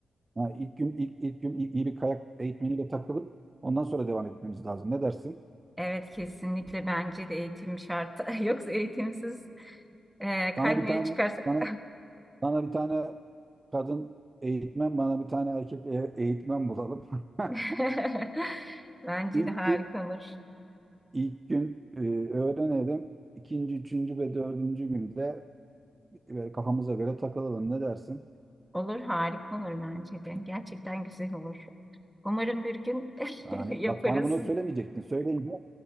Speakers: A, on the right (about 25°); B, in the centre.
A: ha, ilk gün ilk, ilk gün iyi iyi bir kayak eğitmeniyle takılıp ondan sonra devam etmemiz lazım. Ne dersin?
B: Evet kesinlikle bence de eğitim şart. <laughs> Yoksa eğitimsiz Ee, kaymaya
A: Sana bir tane
B: çıkarsak
A: sana sana bir tane kadın eğitmen, bana bir tane erkek e- eğitmen bulalım. <laughs>
B: <laughs> bence
A: İlk
B: de harika
A: gün
B: olur.
A: İlk gün e, öğrenelim. İkinci, üçüncü ve dördüncü günde e, kafamıza göre takılalım. Ne dersin?
B: Olur harika olur bence de. Gerçekten güzel olur. Umarım bir gün
A: Yani
B: <laughs> yaparız.
A: bak bana bunu söylemeyecektin. Söyleyince